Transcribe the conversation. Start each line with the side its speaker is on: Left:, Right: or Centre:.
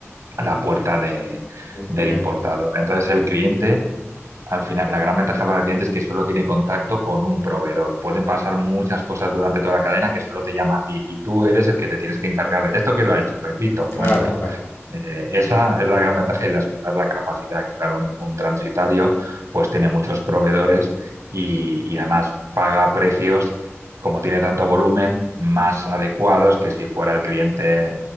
Right: la puerta de,
Left: del
Right: del
Left: cliente,
Right: importador.
Left: claro.
Right: Entonces el cliente al final, la gran ventaja para el cliente es que solo tiene contacto con un proveedor. Pueden pasar muchas cosas durante toda la cadena que solo te llama a ti y tú eres el que te tienes que encargar de esto que lo ha hecho Pepito, Juanito.
Left: Claro, claro.
Right: Eh, esa es la gran ventaja y la segunda es la capacidad, que claro, un, un transitario pues tiene muchos proveedores y, y además paga precios, como tiene tanto volumen, más adecuados que si fuera el cliente